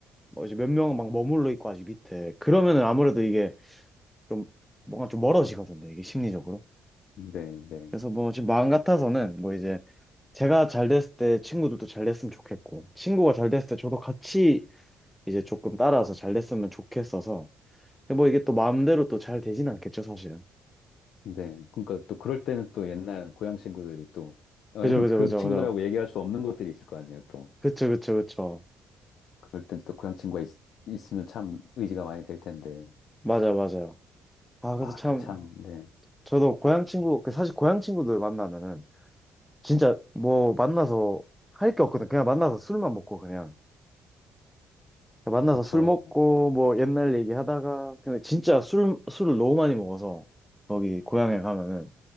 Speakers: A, in the centre; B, on the left.
A: 뭐 이제 몇 명은 막 머물러 있고 아직 밑에. 그러면은 아무래도 이게 좀 뭔가 좀 멀어지거든요. 이게 심리적으로.
B: 네, 네,
A: 그래서 뭐 지금 마음 같아서는 뭐 이제 제가 잘 됐을 때 친구들도 잘 됐으면 좋겠고 친구가 잘 됐을 때 저도 같이 이제 조금 따라서 잘 됐으면 좋겠어서 근데 뭐 이게 또 마음대로 또 잘 되진 않겠죠 사실은
B: 네. 그러니까 또 그럴 때는 또 옛날 고향 친구들이 또, 어,
A: 그죠
B: <laughs>
A: 그죠
B: 그
A: 그죠
B: 친구들하고
A: 그죠
B: 얘기할 수 없는 것들이 있을 거 아니에요, 또.
A: 그쵸 그쵸 그쵸
B: 그럴 땐 또 고향 친구가 있, 있으면 참 의지가 많이 될 텐데.
A: 맞아요 맞아요 아 그래서
B: 아,
A: 참
B: 그 참, 네.
A: 저도 고향 친구 그 사실 고향 친구들 만나면은 진짜 뭐 만나서 할 게 없거든 그냥 만나서 술만 먹고 그냥 만나서
B: 그렇죠.
A: 술 먹고 뭐 옛날 얘기하다가 근데 진짜 술 술을 너무 많이 먹어서 거기 고향에 가면은